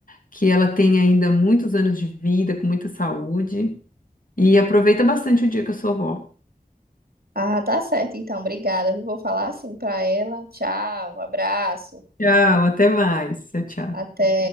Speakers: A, on the left (about 65°); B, on the right (about 80°).
A: que ela tem ainda muitos anos de vida, com muita saúde. E aproveita bastante o dia com a sua avó.
B: Ah, tá certo, então. Obrigada. Eu vou falar assim pra ela. Tchau, um abraço.
A: Tchau, até mais. Tchau, tchau.
B: Até.